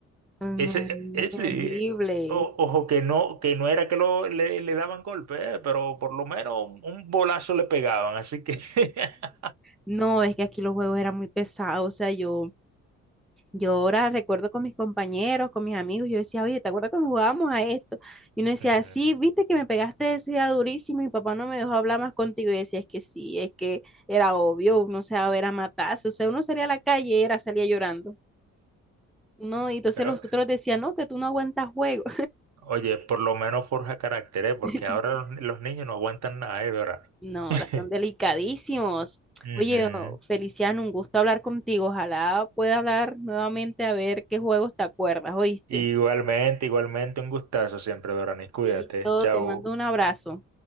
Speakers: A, in the centre; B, on the right.
A: No,
B: Ese,
A: no,
B: ese,
A: terrible.
B: o- ojo, que no, que no era que lo, le, le daban golpe, eh, pero por lo menos un, un bolazo le pegaban, así que... <laughs>
A: No, es que aquí los juegos eran muy pesados, o sea, yo Yo ahora recuerdo con mis compañeros, con mis amigos, yo decía, oye, ¿te acuerdas cuando jugábamos a esto? Y uno decía,
B: Ujú.
A: sí, viste que me pegaste ese día durísimo y mi papá no me dejó hablar más contigo. Y yo decía, es que sí, es que era obvio, uno se va a ver a matarse, o sea, uno salía a la calle y era, salía llorando. No, y entonces
B: Pero,
A: los otros decían, no, que tú no aguantas juego.
B: oye, por lo menos forja carácter, eh, porque
A: <laughs>
B: ahora los, ni- los niños no aguantan nada, ¿eh, Dorani?
A: No, ahora
B: <laughs>
A: son delicadísimos.
B: Ujú.
A: Oye, oh, Feliciano, un gusto hablar contigo. Ojalá pueda hablar nuevamente a ver qué juegos te acuerdas, ¿oíste?
B: Igualmente, igualmente, un gustazo siempre, Dorani. Cuídate,
A: Listo,
B: chao.
A: te mando un abrazo.